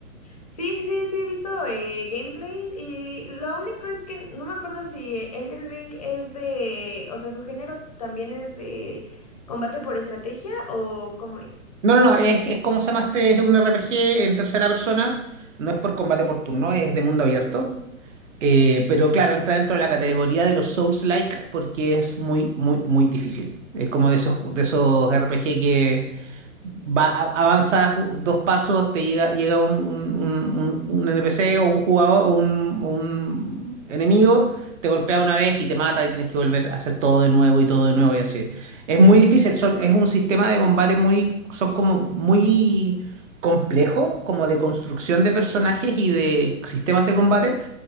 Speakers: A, on the left (about 30°); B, on the right (about 60°).
A: Sí, sí, sí, sí, he visto eh, gameplays y lo único es que no me acuerdo si eh, Elden Ring es de, o sea, su género también es de combate por estrategia o cómo es.
B: No, no, no, es, es como se llama este, es un RPG en tercera persona, no es por combate por turno, es de mundo abierto.
A: Ujú.
B: Eh, pero claro, entra dentro de la categoría de los Souls-like porque es muy, muy, muy difícil. Es como de esos, ju- de esos RPG que va, a- avanzas u- dos pasos, te llega, llega un, un- un- un- un NPC o un jugador o un, o un enemigo, te golpea una vez y te mata y tienes que volver a hacer todo de nuevo y todo de nuevo y así. Es muy difícil, son, es un sistema de combate muy, son como muy complejo, como de construcción de personajes y de sistemas de combate